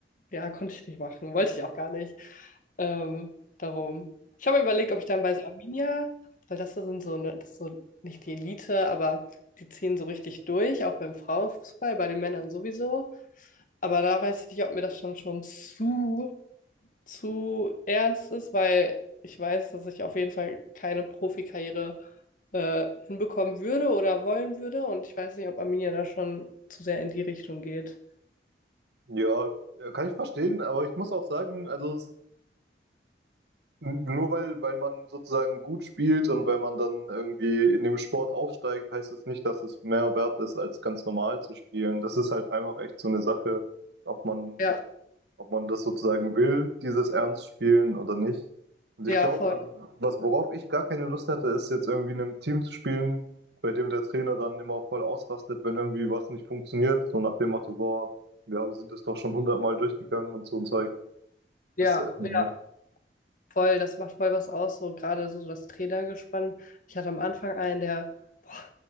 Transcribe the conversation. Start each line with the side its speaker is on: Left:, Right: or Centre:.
Left: ja, konnte ich nicht machen. Wollte ich auch gar nicht. Ähm, darum. Ich habe mir überlegt, ob ich dann bei so Arminia, weil das sind so, ne, das ist so nicht die Elite, aber die ziehen so richtig durch, auch beim Frauenfußball, bei den Männern sowieso. Aber da weiß ich nicht, ob mir das schon schon zu, zu ernst ist, weil ich weiß, dass ich auf jeden Fall keine Profikarriere äh, hinbekommen würde oder wollen würde. Und ich weiß nicht, ob Arminia da schon zu sehr in die Richtung geht.
Right: Ja, äh, kann ich verstehen, aber ich muss auch sagen, also es- n- nur weil, weil man sozusagen gut spielt und weil man dann irgendwie in dem Sport aufsteigt, heißt es nicht, dass es mehr wert ist, als ganz normal zu spielen. Das ist halt einfach echt so eine Sache, ob man
Left: Ja,
Right: ob man das sozusagen will, dieses Ernst spielen oder nicht. Und ich
Left: ja,
Right: glaube,
Left: voll.
Right: also was, worauf ich gar keine Lust hatte, ist jetzt irgendwie in einem Team zu spielen, bei dem der Trainer dann immer voll ausrastet, wenn irgendwie was nicht funktioniert. So nach dem Motto, boah, ja, wir sind das doch schon hundertmal durchgegangen und so ein Zeug.
Left: Ja,
Right: Das, äh, Ja.
Left: ja, voll, das macht voll was aus, so gerade so, so das Trainergespann. Ich hatte am Anfang einen, der, boah,